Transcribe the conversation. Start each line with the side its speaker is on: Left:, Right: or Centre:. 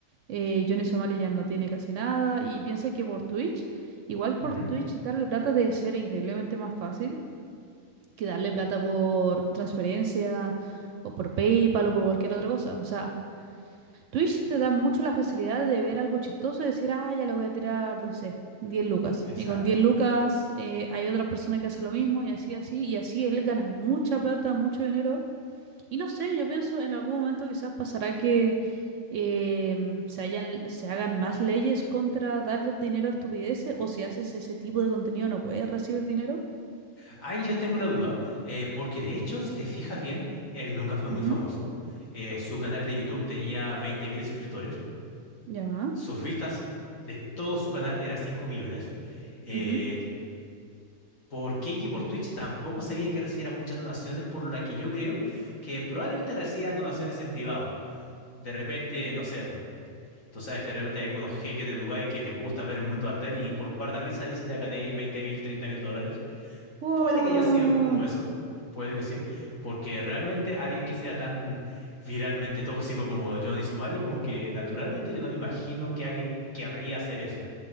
Right: eh, Johnny Somali ya no tiene casi nada, y piensa que por Twitch, igual por
Left: ujú,
Right: Twitch darle plata debe ser increíblemente más fácil que darle plata por transferencia o por PayPal o por cualquier otra cosa, o sea... Twitch te da mucho la facilidad de ver algo chistoso y decir, ah, ya le voy a tirar, no sé, diez lucas.
Left: Exacto.
Right: Y con 10 lucas eh, hay otra persona que hace lo mismo y así, así, y así él gana mucha plata, mucho dinero. Y no sé, yo pienso en algún momento quizás pasará que em, se hayan, se hagan más leyes contra dar dinero a estupideces o si haces ese tipo de contenido no puedes recibir dinero.
Left: Ahí yo tengo una duda, eh, porque de hecho, si te fijas bien, él nunca fue
Right: Ujú,
Left: muy famoso. Eh, su canal de YouTube tenía 20.000 suscriptores.
Right: Ya.
Left: Sus vistas de todo su canal eran 5 millones. Eh,
Right: ujú.
Left: por Kiki, por Twitch, tampoco sabía que recibiera muchas donaciones, por la que yo creo que probablemente reciba donaciones en privado. De repente, no sé, po, tú sabes que de repente hay algunos jeques de Dubái que les gusta ver el mundo arder y por un par de risas dicen ya que tenéis 20.000, mil dólares.
Right: Guau.
Left: Puede que haya sido algo como eso, puede que sí, porque realmente alguien que sea tan viralmente tóxico como Johnny Somali, como que naturalmente yo no me imagino que alguien querría hacer eso.